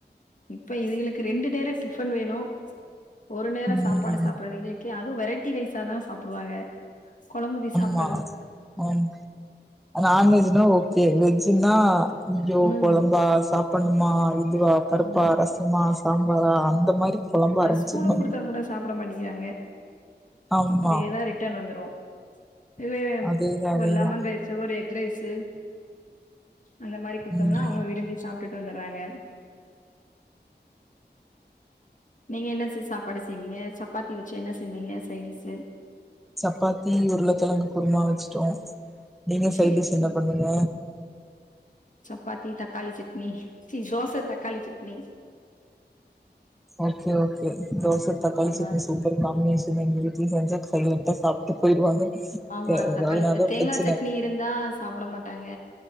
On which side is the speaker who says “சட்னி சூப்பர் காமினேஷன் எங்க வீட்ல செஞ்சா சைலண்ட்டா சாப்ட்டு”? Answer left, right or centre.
Centre